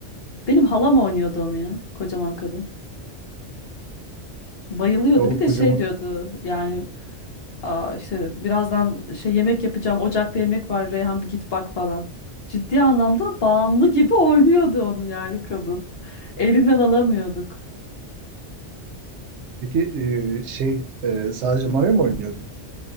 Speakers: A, on the left; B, on the right.
A: Benim halam oynuyordu onu ya. Kocaman kadın. Bayılıyordu.
B: Ya o
A: Bir de
B: kocaman
A: şey diyordu yani Aa, işte birazdan şey yemek yapacağım. Ocakta yemek var. Reyhan bir git bak falan. Ciddi anlamda bağımlı gibi oynuyordu onu yani kadın. Elinden alamıyorduk.
B: Peki e, şey e, sadece Mario mu oynuyordun?